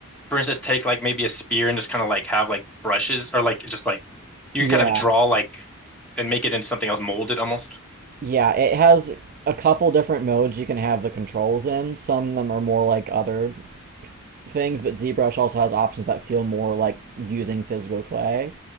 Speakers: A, in the centre; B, on the right (about 40°).
A: for instance, take like maybe a spear and just kind of like have like brushes or like just like you
B: Yeah,
A: can kind of draw like and make it into something else, mold it almost.
B: yeah. It has a couple different modes you can have the controls in. Some of them are more like other things, but ZBrush also has options that feel more like using physical clay.